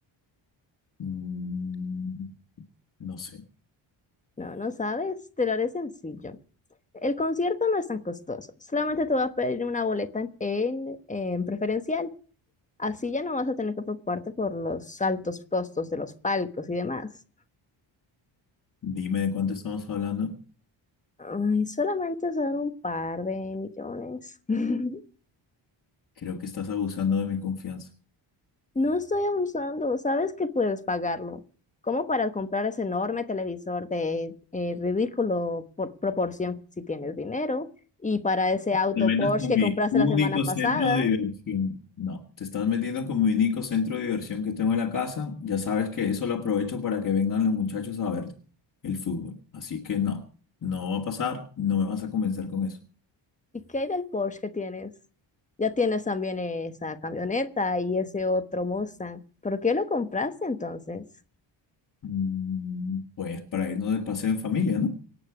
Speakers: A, on the left; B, on the left.
A: Mm, no sé,
B: No, no sabes. Te lo haré sencillo. El concierto no es tan costoso. Solamente te voy a pedir una boleta en, en preferencial. Así ya no vas a tener que preocuparte por los altos costos de los palcos y demás.
A: dime de cuánto estamos hablando.
B: Ay, solamente son un par de millones. <laughs>
A: Creo que estás abusando de mi confianza.
B: No estoy abusando, sabes que puedes pagarlo. Como para comprar ese enorme televisor de eh, ridículo por proporción si tienes dinero? Y para ese auto
A: Te metas
B: Porsche
A: con
B: que
A: mi
B: compraste
A: único
B: la semana pasada.
A: centro de diversión. No, te estás metiendo con mi único centro de diversión que tengo en la casa. Ya sabes que eso lo aprovecho para que vengan los muchachos a ver el fútbol. Así que no, no va a pasar, no me vas a convencer con eso.
B: ¿Y qué hay del Porsche que tienes? Ya tienes también esa camioneta y ese otro Mustang. ¿Por qué lo compraste entonces?
A: Mm, Pues para irnos de paseo en familia, ¿no?